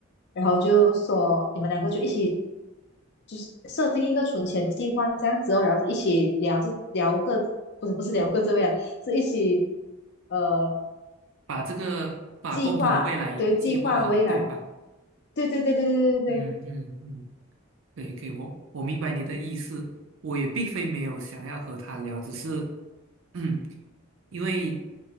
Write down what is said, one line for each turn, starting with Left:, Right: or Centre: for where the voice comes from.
Left: 然后就说你们两个就一起就是设定一个存钱计划这样子哦，然后一起聊这聊个不是不是聊各自未来，是一起呃
Right: 把这个把共同的未来计划好，
Left: 计划对计划未来，
Right: 对吧？
Left: 对对对对对对对，对
Right: 嗯嗯嗯。对，给我，我明白你的意思，我也并非没有想要和他聊，只是，嗯，因为